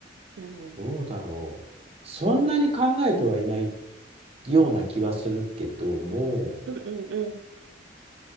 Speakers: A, on the right (about 80°); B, on the right (about 30°).
A: う。うん。
B: どうだろう。そんなに考えてはいないような気はするけども、
A: うんうんうん。